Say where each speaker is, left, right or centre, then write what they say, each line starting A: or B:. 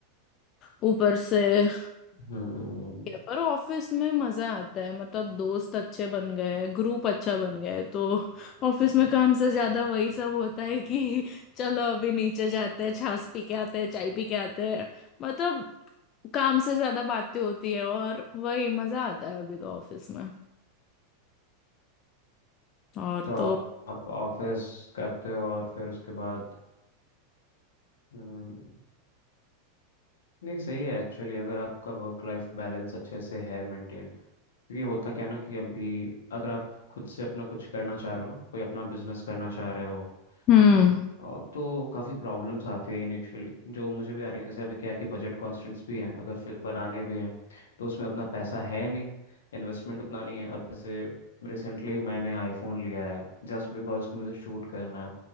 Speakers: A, on the left (about 35°); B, on the left (about 65°).
A: ऊपर से
B: हम्म
A: या पर ऑफिस में मजा आता है मतलब दोस्त अच्छे बन गए हैं ग्रुप अच्छा बन गया है तो ऑफिस में काम से ज्यादा वही सब होता है कि चलो अभी नीचे जाते हैं छाछ पी के आते हैं चाय पी के आते हैं मतलब काम से ज्यादा बातें होती है और वही मजा आता है अभी तो ऑफिस में और
B: तो आ-
A: तो
B: आप ऑफिस करते हो और फिर उसके बाद हम्म, नहीं सही है एक्चुअली अगर आपका वर्क लाइफ बैलेंस अच्छे से है मेंटेन क्योंकि होता क्या है ना कि अभी अगर आप खुद से अपना कुछ करना चाह रहे हो ना कोई अपना बिजनेस करना चाह रहे हो
A: हम्म
B: और तो काफ़ी प्रॉब्लम्स आते हैं इनिशियली जो मुझे भी आ रही हैं जैसे अभी क्या है कि बजट कॉन्स्टेंट्स भी हैं अगर फिल्म हम्म बनाने भी हैं तो उसमें उतना पैसा है नहीं इन्वेस्टमेंट उतना नहीं है अब जैसे रिसेंटली मैंने आईफोन लिया है जस्ट बिकॉज कि मुझे शूट करना है